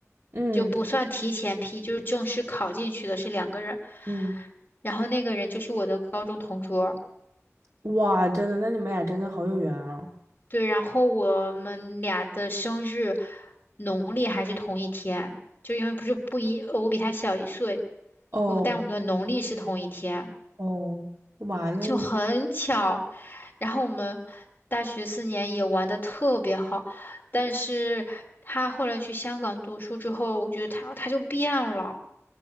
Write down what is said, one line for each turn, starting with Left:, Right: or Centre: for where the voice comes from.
Right: <laughs> 嗯
Left: 就不算提前批，就是正式考进去的是两个人。
Right: 嗯。
Left: 然后那个人就是我的高中同桌。
Right: 哇，真的，那你们俩真的好有缘啊！
Left: 对，然后我们俩的生日农历还是同一天，就因为不是不一，呃我比他小一岁，
Right: 哦
Left: 我但我们的农历是同一天，
Right: 哦，哇，那你
Left: 就很巧。然后我们大学四年也玩的特别好，但是他后来去香港读书之后，我觉得他他就变了。